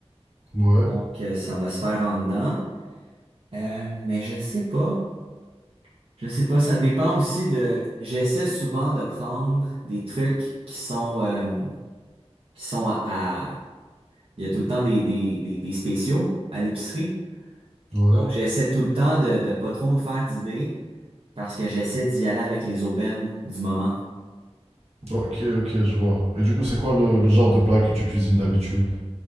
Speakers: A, on the right (about 75°); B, on the right (about 60°).
A: Ouais,
B: Donc, euh, ça va se faire en dedans. Euh, mais je sais pas. Je sais pas. Ça dépend aussi de. J'essaie souvent de prendre des trucs qui sont, euh, qui sont à, à- Il y a tout le temps des, des, des, des spéciaux à l'épicerie.
A: ouais.
B: Donc, j'essaie tout le temps de, de pas trop me faire d'idées parce que j'essaie d'y aller avec les aubaines du moment.
A: Ok, ok, je vois. Et du coup, c'est quoi le, le genre de plat que tu cuisines d'habitude?